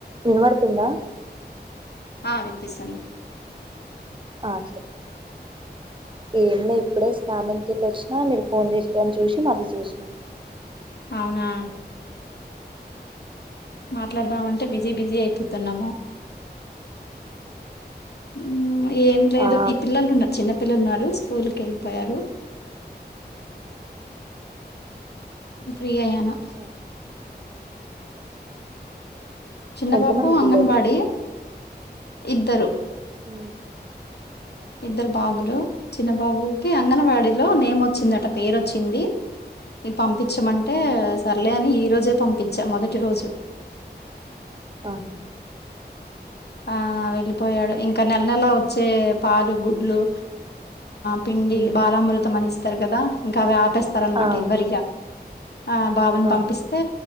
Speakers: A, on the right; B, on the left.
A: విన్వడ్తుందా
B: ఆ విన్పిస్సుంది
A: ఆ చెప్పం ఏంలే ఇప్పుడే స్నానంకెళ్ళొచ్నా మీరు ఫోన్ చేషిరన్ చూషి మళ్ళీ జేష్నా
B: ఔనా మాట్లాడ్దాం అంటే బిజీ బిజీ అయిపోతున్నాము ఉ ఏం లేదు
A: ఆ
B: ఈ పిల్లలున్నారు చిన్న పిల్లున్నారు స్కూల్కెళ్ళిపోయారు ఫ్రీ అయ్యాను
A: ఆహా.
B: చిన్నబాబు
A: ఎంతమంది
B: అంగన్వాడి
A: పిల్లలు
B: ఇద్దరు
A: ఊ
B: ఇద్దరు బాబులు చిన్న బాబుకి అంగన్వాడిలో నేమొచ్చిందట పేరొచ్చింది పంపిచ్చమంటే సర్లే అని ఈ రోజే పంపిచ్ఛా మొదటి రోజు
A: ఆహ
B: ఆ వెళ్ళిపోయాడు ఇంక నెల నెలా వొచ్చే పాలు గుడ్లు పిండి
A: ఉమ్.
B: బాలామృతం అని ఇస్తరు గదా ఇంకవి ఆపేస్త్ తరన్మాట
A: ఆ
B: ఇవ్వరిగ ఆ బాబుని
A: ఆహా
B: పంపిస్తే